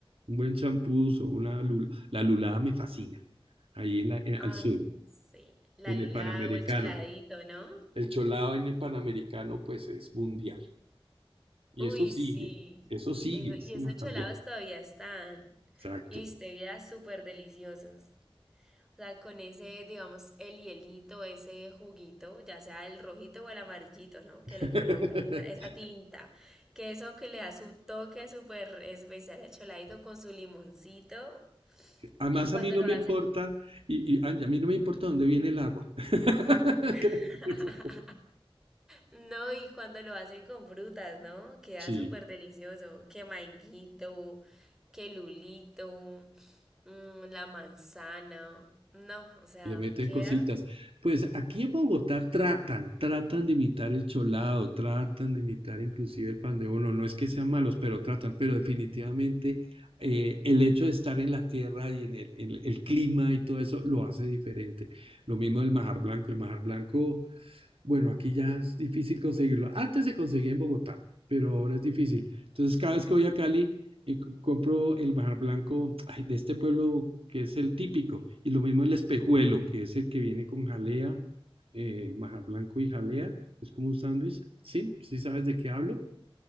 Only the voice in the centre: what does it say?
ay,
sí, la
lula
o el choladito, ¿no?
Uy,
sí.
Eso, y
esos
cholados todavía están.
Y viste, viera súper deliciosos. O sea, con ese, digamos, el hielito, ese juguito, ya sea el rojito o el amarillito, ¿no? Que
le colocan, esa, esa tinta. Que eso que le da su toque súper especial al choladito con su limoncito.
Y cuando
lo
hacen.
<laughs>
No, y cuando lo hacen con frutas, ¿no? Queda
súper delicioso. Que manguito, que lulito, mm, la manzana. No, o sea,
queda.